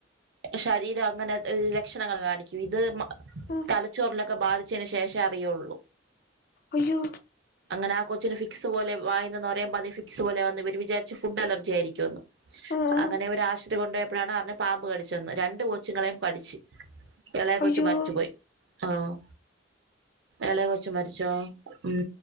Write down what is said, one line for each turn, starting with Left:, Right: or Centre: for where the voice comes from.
Right: ശരീരം അങ്ങന ഏഹ് ലക്ഷണങ്ങള് കാണിക്കും ഇത് മ
Left: ആഹ്
Right: തലച്ചോറിലൊക്കെ ബാധിച്ചേന് ശേഷേ അറിയൂള്ളു
Left: അയ്യോ
Right: അങ്ങനെ ആ കൊച്ചിന് ഫിക്സ് പോലെ വായീന്ന് നൊരേം പതേം ഫിക്സ് പോലെ വന്ന് ഇവര് വിചാരിച്ച് ഫുഡ് അലർജി ആയിരിക്കൂന്ന്
Left: ആഹ്
Right: അങ്ങനെ ഇവര് ആശുത്രി കൊണ്ടു പൊയപ്പൊഴാണ് അറിഞ്ഞ പാമ്പ് കടിച്ചെന്ന് രണ്ട് കൊച്ചുങ്ങളേം കടിച്ച് എളേ
Left: അയ്യോ
Right: കൊച്ച് മരിച്ച് പോയി ആഹ് എളേ കൊച്ച് മരിച്ചോ ഉം